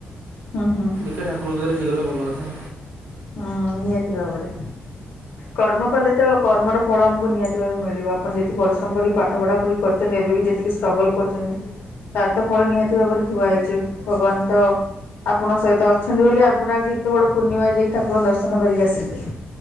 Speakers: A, on the left; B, on the right.
A: ହୁଁ ହୁଁ
B: ଠାକୁରଙ୍କ ଦୟାରେ ହେଇଗଲେ ଭଲ କଥା।
A: ହୁଁ ନିହାତି ଭାବରେ କର୍ମ କଲେ ତ କର୍ମର ଫଳ ଆମକୁ ନିହାତିି ଭାବରେ ମିଳିବ ଆପଣ ଯେତିିକି ପରିଶ୍ରମ କରିକି ପାଠ ପଢା ପଢି କରି ଚନ୍ତି ଏବେ ବି ଯେତିକି ଷ୍ଟ୍ରଗଲ କରୁଚନ୍ତି ତାର ତ ଫଳ ନିହାତି ଭାବରେ ଥୁଆ ହେଇଚି ଭଗବାନ ତ ଆପଣ ସହିତ ଅଛନ୍ତି ବୋଲି ଆପଣ ଆଜି ଏତେ ବଡ ପୂର୍ଣ୍ଣିମାରେ ଯାଇକି ଠାକୁରଙ୍କ ଦର୍ଶନ କରିକି ଆସିଲେ।